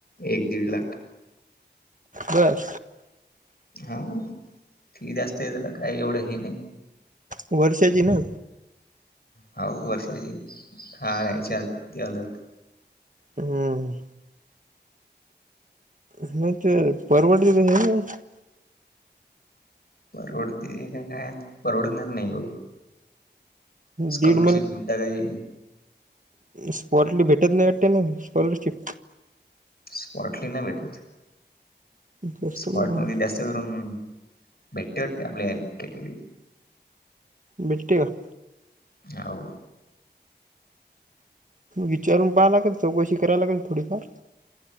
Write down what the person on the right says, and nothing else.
बघ
वर्षाजी ना.
हम्म. हम्म ते परवडी. <unintelligible>
दीड
स्पोर्टली भेटत नाही वाटतं म स्कॉलरशिप.
जास्त
मग
भेटते का?
विचारून पाहा लागेल चौकशी करा लागेल थोडीफार.